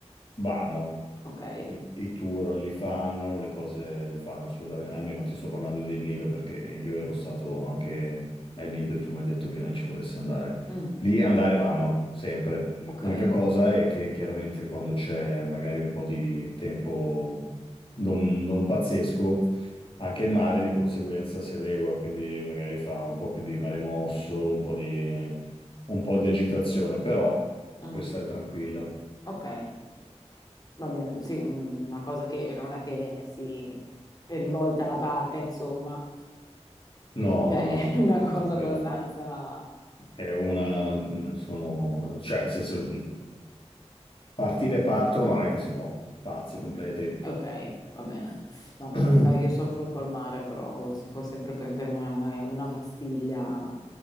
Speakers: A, on the left; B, on the left.
A: vanno.
B: ok,
A: Le- I tour li fanno, le cose le fanno assolutamente, almeno ti sto parlando del Nido perché io ero stato anche al Nido e tu mi hai detto che non ci vorresti andare.
B: Mm,
A: Lì andare vanno, sempre.
B: ok,
A: L'unica cosa è che chiaramente quando c'è magari un po' di tempo non, non pazzesco, anche il mare di conseguenza si adegua, quindi magari fa un po' più di mare mosso, un po' di, un po' di agitazione, però
B: Mm,
A: puoi stare tranquilla.
B: ok, va bene, sì, mm, una cosa che non è che si è rivolta alla barca, insomma,
A: No,
B: cioè
A: no,
B: <laughs>
A: no, no,
B: è una
A: no, no,
B: cosa
A: tranquilla.
B: abbastanza
A: È una, sono, cioè, nel senso, mh, partire e partono, ma non è che sono pazzi completi.
B: Ok, va bene. No, perché
A: <clears throat>
B: sai, io soffro un po' al mare, però oh, si può sempre prendere una, una pastiglia